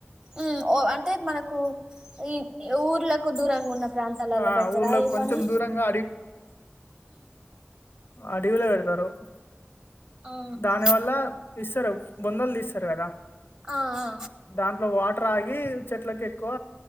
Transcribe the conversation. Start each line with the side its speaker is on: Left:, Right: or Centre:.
Right: మ్మ్ ఓ అంటే మనకు ఈ ఊర్లకు దూరంగున్న ప్రాంతాలల్లో
Left: ఆ!
Right: పెడతారా
Left: ఊర్లో
Right: ఈ
Left: కొంచెం
Right: పని
Left: దూరంగా అడివిలో పెడతారు
Right: ఆహా
Left: దాని వల్ల ఇస్తారు వందలుది ఇస్తారు కదా
Right: ఆ ఆ
Left: దాంట్లో వాట రాగి చెట్లకి ఎక్కువ